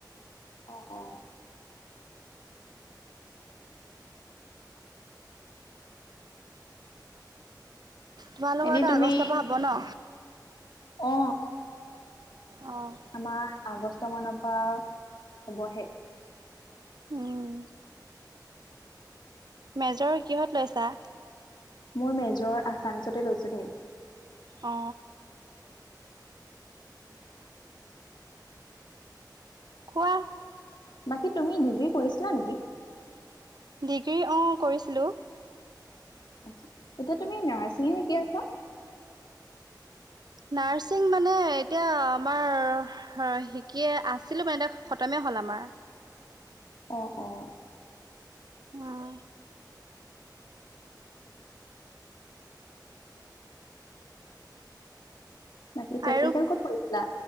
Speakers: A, on the left; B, on the right.
A: অ অ
B: তোমালোকৰতো
A: এনে তুমি
B: আগষ্টৰ পৰা হব ন
A: অ
B: অ',
A: আমাৰ আগষ্ট মানৰ পৰা হবহে
B: উম মেজৰ কিহত লৈছা
A: মই মেজৰ আছামিছতে লৈছোঁ দেই
B: অ
A: <unintelligible>
B: কোৱা
A: বাকি তুমি ডিগ্ৰী কৰিছিলা নেকি
B: ডিগ্ৰী অ কৰিছিলোঁ
A: আচ্ছা এতিয়া তুমি নাৰ্ছিঙে শিকি আছা
B: নাৰছিং মানে এতিয়া আমাৰ শিকে আছিলো মানে এতিয়া খতমে হ'ল আমাৰ
A: অ অ
B: উম।
A: বাকী প্ৰেক্টিকেল
B: আৰু,
A: ক'ত কৰিছিলা?